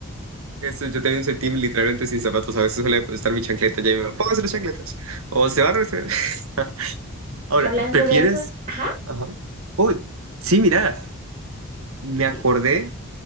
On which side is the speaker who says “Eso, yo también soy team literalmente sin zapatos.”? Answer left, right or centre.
Right